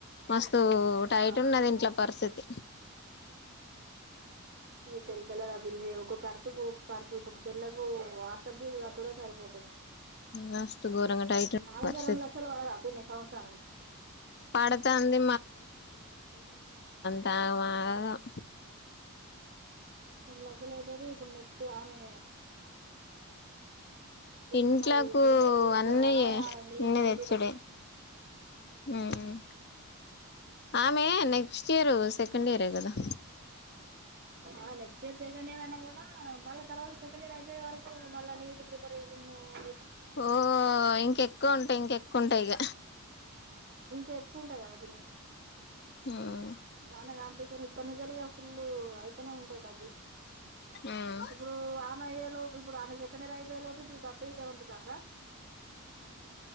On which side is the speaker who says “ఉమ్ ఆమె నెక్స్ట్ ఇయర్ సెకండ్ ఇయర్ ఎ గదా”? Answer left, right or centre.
Left